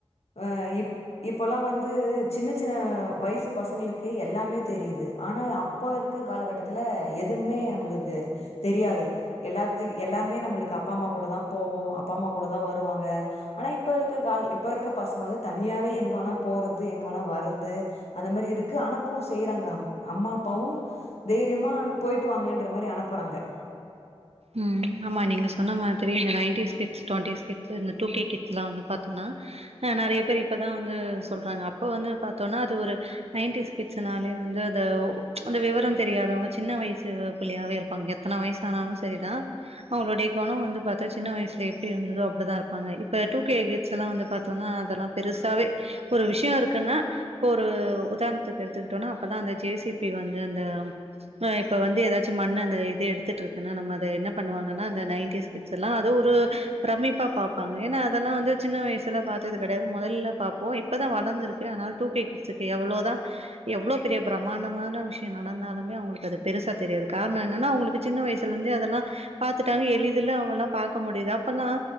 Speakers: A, on the left; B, on the right.
A: அ இப் இப்போல்லா வந்து சின்ன சின்ன வய்சு பசங்களுக்கு எல்லாமே தெரியிது ஆனா அப்போ இருக்க காலகட்டத் துல எதும்மே நம்ளுக்கு தெரியாது எல்லாத்து எல்லாமே நம்பளுக்கு அப்பா அம்மா கூட தா போவோ அப்பா அம்மா கூட தா வருவாங்க ஆனா இப்ப இருக்க கால் இப்ப இருக்க பசங்க வந்து தனியாவே எங்க வேணா போறது எங்க வேணா வரத்து அந்த மாரி இருக்கு அனப்பவு செய்யறாங்க அம் அம்மா அப்பாவு தைரியமா போய்ட்டு வாங்கன்ற மாரி அனப்பறாங்க
B: ம் ஆமா நீங்க சொன்ன மாதிரி இந்த நைன்ட்டீஸ் கிட்ஸ் டுவன்ட்டிஸ் கிட் இந்த டூ கே கிட்ஸ் எல்லா வந்து பாத்தம்னா அ நெறைய பேர் இப்பதா வந்து சொல்றாங்க அப்ப வந்து பாத்தோனா அது ஒரு நைன்ட்டீஸ் கிட்ஸ்னாலே வந்து த ஒ அந்த விவரோ தெரியாதவ்ங்க சின்ன வய்சு பிள்ளையாவே இருப்பாங்க எத்தன வய்சானாலு சரிதா அவுங்ளுடைய குணோ வந்து பாத்தா சின்ன வய்சுல எப்டி இருந்துதோ அப்டிதா இருப்பாங்க இப்ப டூ கே கிட்ஸ் எல்லா வந்து பாத்தோனா அதெல்லா பெருசாவே ஒரு விஷ்யோ இருக்குன்னா இப்ப ஒரு உதார்ண்த்துக்கு எடுத்துக்கிட்டோனா அப்பல்லா அந்த ஜே சி பி வந்து அந்த அ இப்ப வந்து எதாச்சு மண்ணு அந்த இது எடுத்துட்ருக்குன்னா நம்ம அது என்ன பண்ணுவாங்கன்னா அந்த நைன்ட்டீஸ் கிட்ஸ் எல்லா அத ஒரு பிரமிப்பா பாப்பாங்க ஏனா அதெல்லா வந்து சின்ன வய்சுல பாத்தது கெடையாது மொதல்ல பாப்போ இப்பதா வளந்திருக்கு ஆனால் டூ கே கிட்ஸ்சுக்கு எவ்ளோதா எவ்ளோ பெரிய பிரமாண்டமான விஷ்யோ நடந்தாலுமே அவுங்களுக்கு அது பெருசா தெரியாது கார்ணோ என்னனா அவுங்களுக்கு சின்ன வய்சுலிர்ந்தே அத ல்லா பாத்துட்டாங்க எளிதுல அவுங்கல்லா பாக்க முடியிது அப்பல்லா